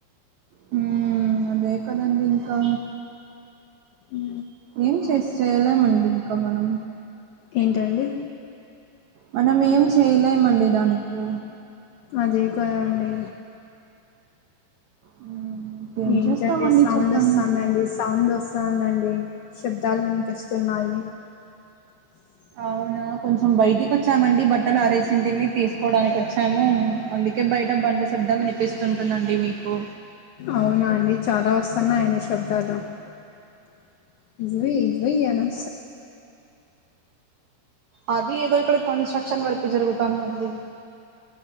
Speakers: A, on the right; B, on the left.
A: హు అదే కదండీ ఇంకా
B: ఉ
A: ఏం చే చేయలేమండి ఇంక మనం
B: ఏంటండి
A: మనం ఏం చేయలేమండి దానికు
B: అదే కదండి
A: మ్మ్ ఏం
B: ఏంటండి
A: చేస్తామండి
B: సౌండ్
A: చెప్పండి
B: వస్తంది అండి సౌండ్ <unintelligible> శబ్దాలు వినిపిస్తున్నాయి <inaudible>
A: అవునా కొంచెం బయటికి వచ్చామండి బట్టలు ఆరేసింది మీ తీసుకోవడానికి వచ్చాము అందుకే బయట బండ్లు శబ్దం వినిపిస్తుంటుందండి మీకు
B: అవునా అండి చాలా వస్తాన్నాయ <unintelligible> <unintelligible> వస్తన్నాయి
A: అది ఏదో ఇక్కడ కన్స్ట్రక్షన్ వర్క్ జరుగుతదండి